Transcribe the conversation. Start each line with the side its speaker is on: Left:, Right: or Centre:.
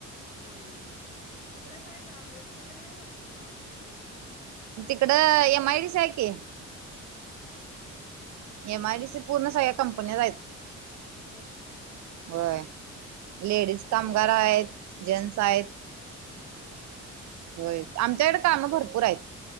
Left: हम्म तिकडं काय काम नाही तिकडे नाही वाटते माव तुम्ही.
Right: तिकड एम आय डी सा आहे की.
Left: हा हा एम आय डी सा.
Right: एम आयडी सी पूर्ण सगळ्या कंपन्या आहेत.
Left: होय तुम्ही
Right: वय लेडीज कामगार आहेत जेंट्स आहेत.
Left: हम्म.
Right: होय आमच्याकडे कामं भरपूर आहेत